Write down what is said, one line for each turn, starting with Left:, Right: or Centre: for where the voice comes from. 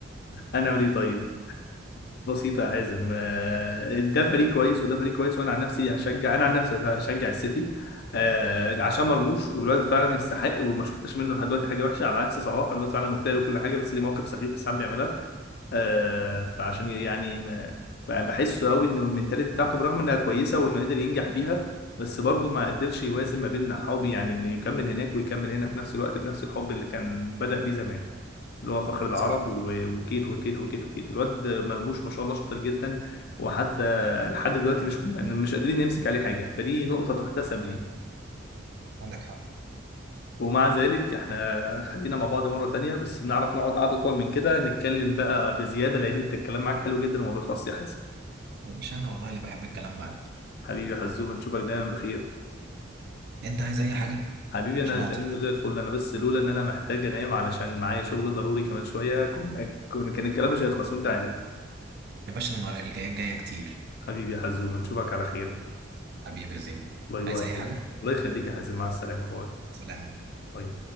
Left: انا اعمل ايه طيب بسيطه يا حازم آه ده فريق كويس وده فريق كويس وانا عن نفسي هشجع انا عن نفسي هشجع السيتي آه عشان مرموش والواد فعلا يستحق وما شفتش منه لحد دلوقتي حاجه وحشه على عكس صلاح الواد فعلا مجتهد وكل حاجه بس ليه مواقف سخيفه ساعات بيعملها آه، فعشان يعني ما بقى بحسه قوي انه المنتاليتي بتاعته برغم انها كويسه وانه قدر ينجح بيها بس برضه ما قدرش يوازن ما بين حبي يعني انه يكمل هناك ويكمل هنا في نفس الوقت بنفس الحب اللي كان بدأ بيه زمان اللي هو فخر العرب
Right: صح
Left: و- وكيت وكيت وكيت وكيت الواد مرموش ما شاء الله شاطر جدا وحتى لحد دلوقتي مش مش قادرين نمسك عليه حاجه فدي نقطه تحتسب ليه
Right: عندك حق
Left: ومع ذلك احنا خلينا مع بعض مرة تانية بس بنعرف نقعد قعدة أطول من كده نتكلم بقى بزيادة لأن انت الكلام معاك حلو جدا وما بيخلصش يا حازم
Right: يا باشا انا والله اللي بحب الكلام معاك
Left: حبيبي يا حزوم نشوفك دايما بخير
Right: انت عايز اي حاجه
Left: حبيبي انا
Right: عشان
Left: تمام
Right: اعطيك
Left: وزي الفل انا بس لولا ان انا محتاج انام علشان معايا شغل ضروري كمان شويه كنا كنا كان الكلام مش هيخلص وانت عارف
Right: يا باشا المره الجايه جايه كتير
Left: حبيبي يا حزوم نشوفك على خير
Right: حبيبي يا زين
Left: باي باي
Right: عايز
Left: يا
Right: اي
Left: حبيبي.
Right: حاجه
Left: الله يخليك يا حازم مع السلامه باي
Right: سلام
Left: باي